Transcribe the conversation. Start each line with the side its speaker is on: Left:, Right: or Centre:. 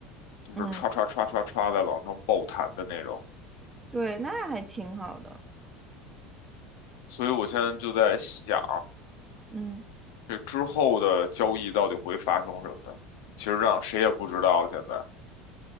Left: 就是歘歘歘歘歘在往上爆弹的那种。
Right: 嗯对，那还挺好的，
Left: 所以我现在就在想，
Right: 嗯。
Left: 这之后的交易到底会发生什么？其实让谁也不知道现在。